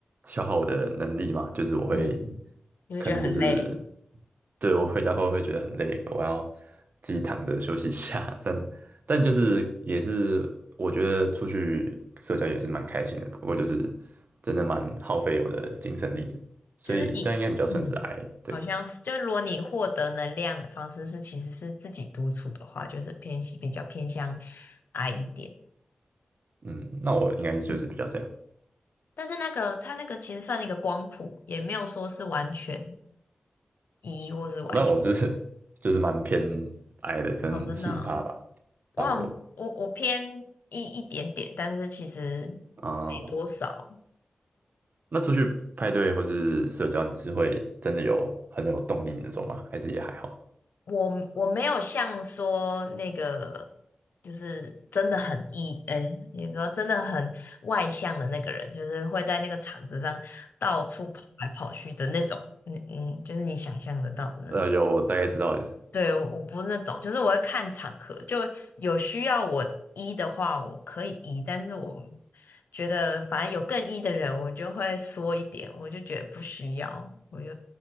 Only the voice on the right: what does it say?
消耗我的能力嘛，就是我会
可能就是对我回家后会觉得很累，我要自己躺着休息一下。<laughs> 但但就是也是我觉得出去社交也是蛮开心的，不过就是真的蛮耗费我的精神力的所以这样应该比较算是
I 对，
嗯，那我应该就是比较这样。
哦那我是 <laughs> 就是蛮偏矮的，可能七十趴吧，
差不多。
啊、
那出去派对或是社交，你是会真的有很有动力那种吗？还是也还好？
呃，有大概知道，